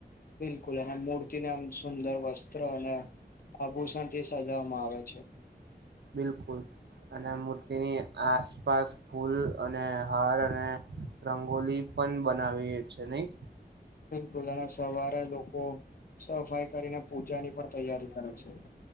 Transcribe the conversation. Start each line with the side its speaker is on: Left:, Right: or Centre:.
Left: બિલકુલ અને મૂર્તિને આમ સુંદર વસ્ત્ર અને આભૂષણ થી સજવામાં આવે છે.
Right: બિલકુલ અને મૂર્તિની આસપાસ ફૂલ અને હાર અને રંગોલી પણ બનાવીએ છે નહી
Left: બિલકુલ અને સવારે લોકો સફાઈ કરીને પૂજાની પણ તૈયારી કરે છે.